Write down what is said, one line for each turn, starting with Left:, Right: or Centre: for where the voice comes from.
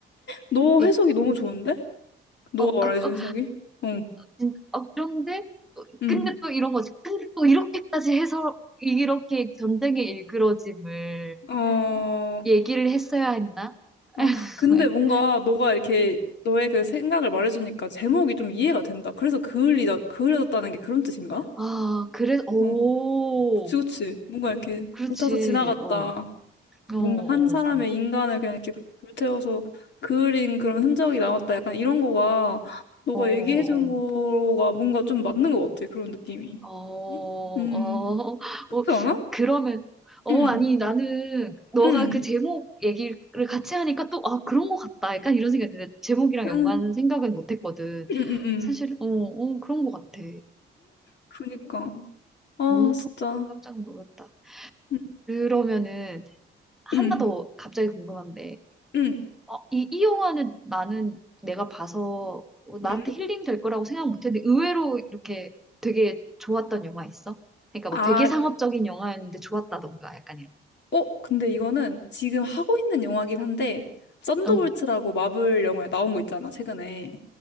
Left: 너
Centre: 그,
Left: 해석이 너무 좋은데? 너가
Centre: 어, 아,
Left: 말해준
Centre: 어,
Left: 해석이? 응,
Centre: 진- 아 그런데 또,
Left: 응.
Centre: 근데 또 이런 거지. 근데 또 이렇게까지 해서 이렇게 전쟁의 일그러짐을
Left: 어,
Centre: 얘기를 했어야 했나? <laughs>
Left: 아, 근데 뭔가 너가 이렇게 너의 그 생각을 말해주니까 제목이 좀 이해가 된다. 그래서 그을리다, 그을려졌다는 게 그런 뜻인가?
Centre: 아, 그래서 오,
Left: 어, 그치, 그치. 뭔가 이렇게
Centre: 그렇지.
Left: 불타서 지나갔다.
Centre: 어, 어,
Left: 뭔가
Centre: 어,
Left: 한 사람의 인간을 그냥 이렇게 불태워서 그을린 그런 흔적이 남았다. 약간 이런 거가 너가
Centre: 어,
Left: 얘기해준 거가
Centre: 어,
Left: 뭔가 좀 맞는 것 같아. 그런 느낌이.
Centre: 어, 어,
Left: 음,
Centre: 어,
Left: 그렇지
Centre: 어,
Left: 않아?
Centre: 그러면. 어,
Left: 응.
Centre: 아니, 나는, 너가
Left: 응.
Centre: 그 제목 얘기를 같이 하니까 또, 아, 그런 거 같다. 약간 이런 생각이 드데 제목이랑
Left: 응,
Centre: 연관 생각은 못 했거든.
Left: 응, 응, 응.
Centre: 사실, 어, 어, 그런 거 같아.
Left: 그니까. 아,
Centre: 몸통에서
Left: 진짜.
Centre: 깜짝 놀랐다.
Left: 응,
Centre: 그러면은 하나
Left: 응,
Centre: 더 갑자기 궁금한데,
Left: 응.
Centre: 어, 이, 이 영화는 나는 내가 봐서 어, 나한테
Left: 응.
Centre: 힐링 될 거라고 생각 못했는데 의외로 이렇게 되게 좋았던 영화 있어? 그러니까 뭐
Left: 아,
Centre: 되게 상업적인
Left: 이-
Centre: 영화였는데 좋았다던가 약간 이런.
Left: 어, 근데 이거는 지금 하고 있는 영화긴 한데, 썬더볼츠라고
Centre: 어,
Left: 마블 영화에 나온 거 있잖아, 최근에.